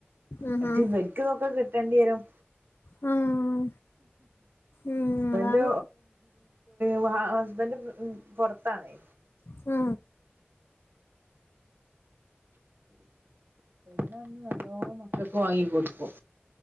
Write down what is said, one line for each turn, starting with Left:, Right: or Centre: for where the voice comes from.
Left: ആഹ്
Right: മറ്റ് ഇവർക്ക് ഇതൊക്കെ കിട്ടേണ്ടി വരും
Left: ആഹാ ആഹ് ഉം
Right: ഹസ്ബൻറ്
Left: അതാണ്
Right: ഉ ഹസ്ബൻഡ് പുറത്താണേ
Left: ആ
Right: പിന്നെ‌ നല്ലോ മക്കക്ക് വാങ്ങി കൊടുക്കും